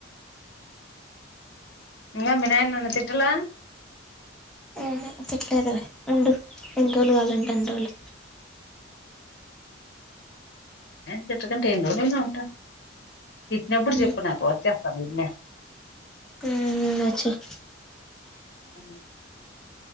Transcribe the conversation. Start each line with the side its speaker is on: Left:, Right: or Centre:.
Left: ఇంకా వినాయన్ నన్ను తిట్టలే
Centre: ఆ తిట్టలేదు లే ఉండు ఎన్నిర్రోలు కలంటే అన్ని రోలు
Left: తిట్టకుంటె ఎన్ని రోజులు ఐన ఉంట తిట్టినప్పుడు
Centre: ఉమ్
Left: చెప్పు నాకు వచ్చేస్తాను నిన్నే
Centre: ఉమ్ వచ్చేయ్
Left: ఉమ్